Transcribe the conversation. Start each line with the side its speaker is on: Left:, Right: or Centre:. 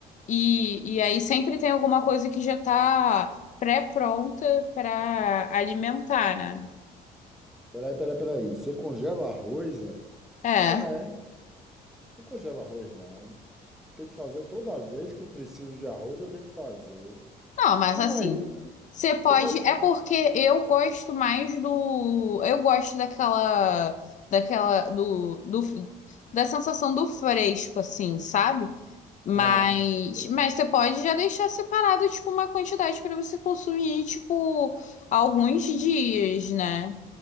Left: E, e aí sempre tem alguma coisa que já tá pré-pronta para alimentar, né?
Centre: Peraí, peraí, peraí. Você congela arroz, é?
Left: É.
Centre: Como é? Não congela arroz, não. Tem que fazer toda vez que preciso de arroz, eu tenho que fazer.
Left: Não, mas
Centre: Como
Left: assim,
Centre: é? isso?
Left: você pode.
Centre: Você faz como?
Left: É porque eu gosto mais do. Eu gosto daquela. Daquela. Do, do, da sensação do fresco, assim, sabe? Mas,
Centre: Ah, tá bom.
Left: mas você pode já deixar separado, tipo, uma quantidade para você consumir, tipo, alguns dias, né?